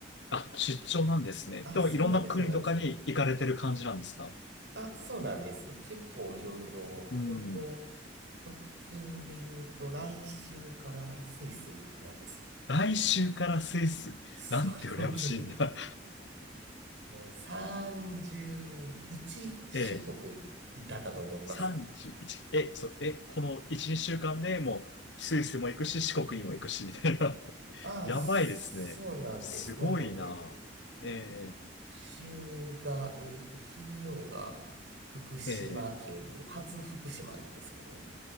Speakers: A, on the left; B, on the right.
A: あ、出張なんですね。
B: あ、
A: でもいろんな国とかに行かれてる感じなんですか
B: そうなんです、そうなんです。あ、そうなんです。結構いろいろ、
A: うん。
B: 本当直近で言うと来週からスイスなんです。<laughs>
A: 来週からスイス。
B: そうなんです。
A: なんて羨ましいんだ。
B: あの、31出国だったと思います。
A: <laughs> えー、31、え、そう、え、この1、2週間でもうスイスも行くし、四国にも行くし、みたいな。
B: ああ、
A: やばいですね。
B: そうなんです。
A: すごいな。
B: なので、えっと、
A: え
B: 今週が、えっと、金曜が福島県に、
A: ー、え
B: 初福島なんですけど、